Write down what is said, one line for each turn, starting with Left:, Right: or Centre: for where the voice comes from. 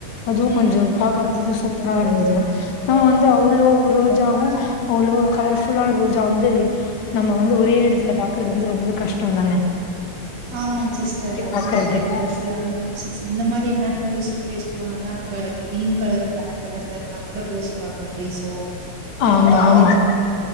Left: அதுவு
Right: ம்
Left: கொஞ்சோ பாக்கறதுக்கு சூப்பரா இருந்தது நம்ம வந்து அவ்ளோ ரோஜாவு அவ்ளோ கலர் ஃபுல்லான ரோஜா வந்து நம்ம வந்து ஒரே எடத்துல பாக்கறது வந்து ரொம்பவே கஷ்டோந்தான
Right: ஆமாங் சிஸ்டர் அது
Left: பாக்குறதுக்கு
Right: நெறைய கலர்ஸ் இல்ல அந்த ரோசஸ் இந்த மாரி எங்கனா டூரிஸ்ட் பிளேஸ் போனாதா நம்ம கிரீன் கலர் ப்ளாக் கலர்ல இருந்தா கூட ரோஸ் பாக்க முடியு சோ
Left: ஆமா
Right: டார்க்
Left: ஆமா